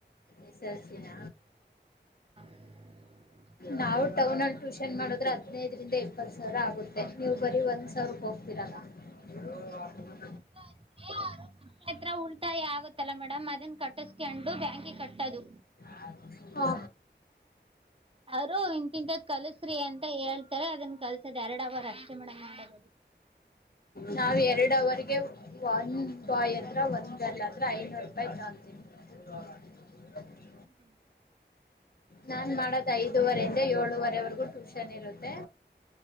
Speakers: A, on the left (about 55°); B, on the right (about 30°).
A: ಎಸ್ ಎಲ್ ಸಿ ನ.
B: <inaudible>
A: ನಾವು ಟೌನ್ ಅಲ್ಲಿ ಟ್ಯೂಷನ್ ಮಾಡೋದ್ರೆ ಹದ್ನೈದರಿಂದ ಇಪ್ಪತ್ ಸಾವಿರ ಆಗುತ್ತೆ ನೀವು ಬರಿ ಒಂದ್ ಸಾವಿರಕ್ ಹೋಗ್ ತಿರಲ. <unintelligible>
B: <unintelligible> ಮಕಳ್ ಹತ್ರ ಉಳ್ತಾಯ ಆಗತ್ತಲ್ಲ ಮೇಡಮ್ ಅದನ್ ಕಟ್ಟಸ್ಕಂಡು ಬ್ಯಾಂಕಿಗೆ ಕಟ್ಟದು.
A: ಹಾ
B: ಅವ್ರು ಇಂತಿಂತದ್ ಕಲ್ಸ್ರಿ ಅಂತ ಹೇಳ್ತಾರೆ ಅದನ್ ಕಲ್ಸೋದ್ ಎರಡ್ ಅವರ್ ಅಷ್ಟೇ ಮೇಡಮ್. <unintelligible>
A: ನಾವ್ ಎರಡುವರಿಗೆ ಒಂದ್ ಬಾಯ್ ಹತ್ರ ಒಂದ್ ಗರ್ಲ್ ಹತ್ರ ಐನೂರು ರೂಪಾಯಿ ತುಗೊಂತೀನಿ <inaudible>
B: ಹೌದಾ
A: ನಾನ್ ಮಾಡೋದ ಐದೂುವರೆಿಂದ ಏಳುವರೆವರೆಗೂ ಟ್ಯೂಷನ್ ಇರುತ್ತೆ